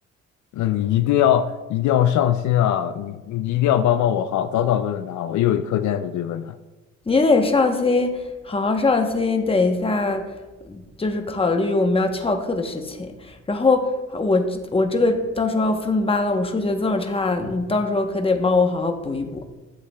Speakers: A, on the left; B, on the left.
A: 那你一定要一定要上心啊！你你一定要帮帮我好，早早问问他，我一有课件是对问他。
B: 你得上心，好好上心。等一下，就是考虑我们要翘课的事情。然后我我这个到时候要分班了，我数学这么差，你到时候可得帮我好好补一补。